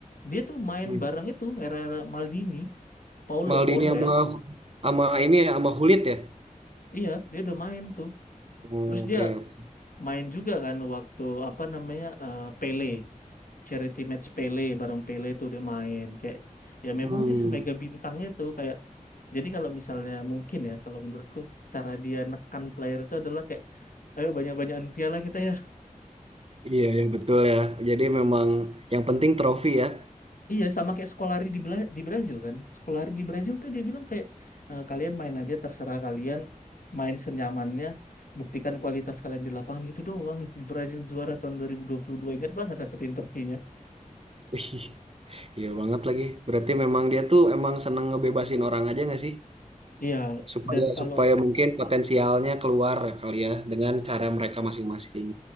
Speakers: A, on the left; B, on the right.
A: dia tuh main
B: Hmm.
A: bareng itu era-era Maldini, Paulo,
B: Maldini
A: Paulo
B: sama
A: ya.
B: sama ini ya sama Hulit ya.
A: Iya, dia udah main tuh.
B: Hmm,
A: Terus
B: Oke,
A: dia
B: oke.
A: main juga kan waktu apa namanya eh, Pele, charity match Pele bareng Pele tuh dia main kayak ya memang
B: Hmm.
A: dia semega bintangnya tuh kayak jadi kalau misalnya mungkin ya kalau menurutku cara dia nekan player itu adalah kayak ayo banyak-banyakan piala kita ya
B: Iya, ya betul ya. Jadi memang yang penting trofi ya.
A: Iya, sama kayak Scolari di, Bela- di Brazil kan. Scolari di Brazil tuh dia bilang kayak "Eh, kalian main aja terserah kalian, main senyamannya, buktikan kualitas kalian di lapangan gitu doang. Di Brazil juara tahun 2022 ingat banget aku tuh interviewnya.
B: Ih, Iya banget lagi. Berarti memang dia tuh emang seneng ngebebasin orang aja nggak sih?
A: Iya,
B: Supaya
A: dan kalau
B: supaya mungkin potensialnya keluar kali ya dengan cara mereka masing-masing.